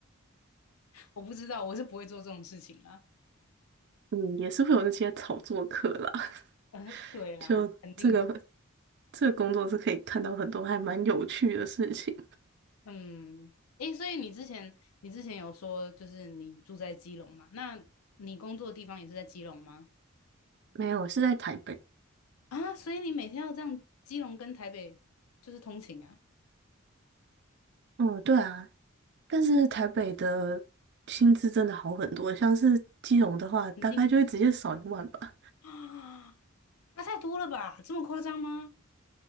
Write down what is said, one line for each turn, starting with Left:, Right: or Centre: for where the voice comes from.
Left: <sniffs> 我不知道，我是不会做这种事情啊。
Right: 嗯，也是会有那些炒作客啦，
Left: 呃，
Right: <laughs>
Left: 对啦，
Right: 就这个
Left: 肯定是
Right: 这个工作是可以看到很多还蛮有趣的事情。
Left: 嗯，诶，所以你之前你之前有说就是你住在基隆嘛？那你工作的地方也是在基隆吗？
Right: 没有，是在台北。
Left: 啊，所以你每天要这样基隆跟台北就是通勤啊，
Right: 嗯，对啊，但是台北的薪资真的好很多，像是基隆的话，
Left: 肯定哦
Right: 大概就会直接少一万吧。
Left: 啊，差太多了吧？这么夸张吗？